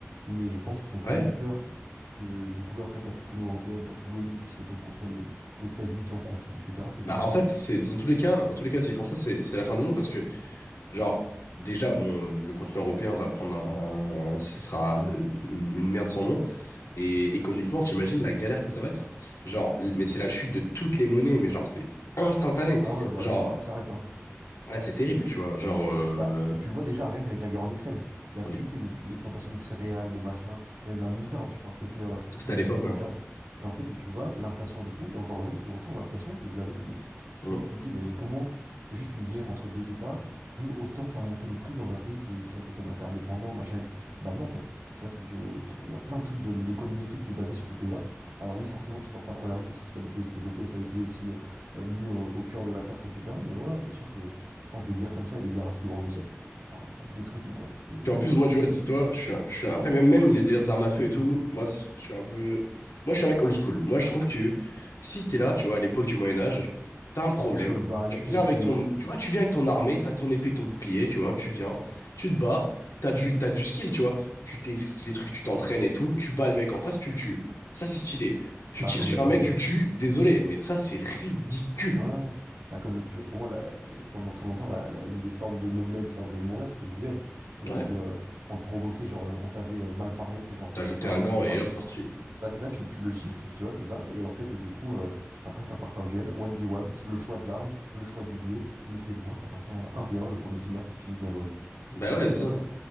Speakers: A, on the right (about 75°); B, on the left (about 85°).
A: Mais je pense qu'ils ont tellement
B: Ouais.
A: peur que du coup, après, t'as toute l'Union européenne, t'as toute l'ONU qui se retourne contre les, les États-Unis qui en profitent, etc. C'est
B: Bah,
A: fini,
B: en
A: tu
B: fait,
A: vois.
B: c'est dans tous les cas, dans tous les cas, s'ils font ça, c'est c'est la fin du monde parce que, genre, déjà, bon, euh, le continent européen va prendre un, un- ce sera euh, une une merde sans nom. Et économiquement, t'imagines la galère que ça va être? Genre, l- mais c'est la chute de toutes les monnaies, mais genre, c'est instantané.
A: Ah ouais, bah
B: Genre,
A: c'est tout qui s'arrête, hein.
B: ah, c'est terrible, tu vois. Genre, euh,
A: Bah, tu le vois déjà, rien qu'avec la guerre en Ukraine. Il n'y a
B: oui,
A: plus, tu sais, les, cu- les plantations de céréales, de machin, même la moutarde, je crois que c'est fait, euh,
B: c'était
A: les
B: à
A: graines
B: l'époque,
A: de moutarde.
B: ouais.
A: Et en fait, et tu vois, l'inflation de fou, et encore aujourd'hui, tu ressens, l'inflation, c'est dû à l'Ukraine. C'est,
B: Mm.
A: tu te dis, mais comment juste une guerre entre deux États peut autant faire monter les prix dans un pays qui est, tu vois, qui est comme assez indépendant, machin et tout? Bah non, en fait, tu vois, c'est que t- il y a plein de trucs de l'économie et tout qui est basé sur ces pays-là. Alors oui, forcément, tu penses pas à première vue parce que c'est pas des pays aussi développés, c'est pas des pays aussi euh, mis au, au cœur de la carte, etc. Mais ouais, ouais, c'est sûr que. Je pense des guerres comme ça et des guerres à plus grande échelle, ça, ça détruit tout, quoi. C'est
B: Puis en plus, moi, tu vois, dis-toi, je suis, un- je suis un- après, même, même les délires des armes à feu et tout, moi, c- je suis un peu. Moi, je suis un mec old school. Moi, je trouve que si t'es là, tu vois, à l'époque du Moyen-Âge, t'as un problème.
A: cheval,
B: Tu viens
A: épée,
B: avec ton. Tu vois, tu viens avec ton armée, t'as ton épée, ton bouclier, tu vois, tu viens, tu te bats, t'as du, t'as du skill, tu vois. Tu t'es, les trucs, tu t'entraînes et tout, tu bats le mec en face, tu le tues. Ça, c'est stylé. Tu
A: bah,
B: tires
A: comme
B: sur
A: le
B: un
A: duel.
B: mec, tu le tues, désolé, mais ça, c'est ridicule.
A: Ouais, ouais. ouais. Bah, comme le, tu vois, pour moi, la- pendant très longtemps, la, la- une des formes de noblesse, enfin, de mourir, c'était le duel. Tu sais,
B: Ouais,
A: c'était, euh, on te provoquait, genre, euh, on t'avait euh, mal parlé, tu sais, genre,
B: t'as jeté
A: un
B: un
A: mec
B: gant
A: qui parle.
B: et hop, sorti.
A: Bah, c'est ça, tu, tu le gifles, tu vois, c'est ça. Et en fait, et du coup, euh, après, ça partait en duel, 1v1, le choix de l'arme, le choix du lieu, le témoin, ça partait en un v un. le premier qui meurt, c'est fini, bien joué à lui.
B: Bah
A: En
B: ouais,
A: fait, c'est
B: c'est
A: ça,
B: ça,
A: tu vois.